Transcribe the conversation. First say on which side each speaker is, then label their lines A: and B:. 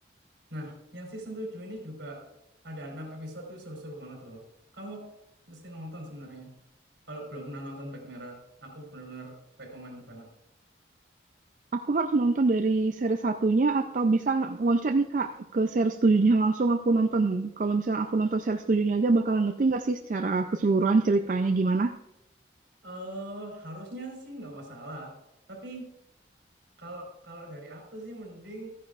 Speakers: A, on the right; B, on the right.
A: Nah, yang season 7 ini juga ada 6 episode itu seru-seru banget loh. Kamu mesti nonton sebenarnya. Kalau belum pernah nonton Black Mirror, aku benar-benar rekomen banget.
B: Aku harus nonton dari series satunya atau bisa loncat nih, Kak, ke series tujuhnya langsung aku nonton. Kalau misalnya aku nonton series tujuhnya aja, bakal ngerti nggak sih secara keseluruhan ceritanya gimana?
A: Eh, harusnya sih nggak masalah. Tapi kalau kalau dari aku sih mending